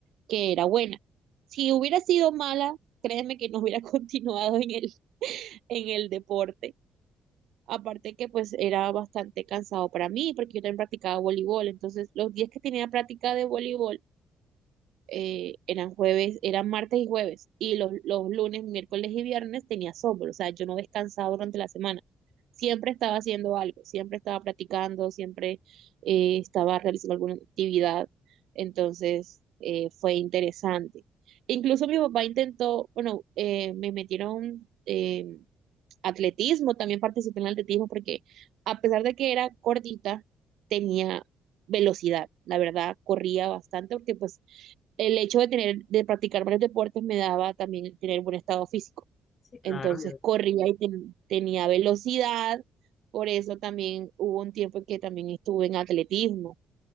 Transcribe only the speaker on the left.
Sí, claro,
yo,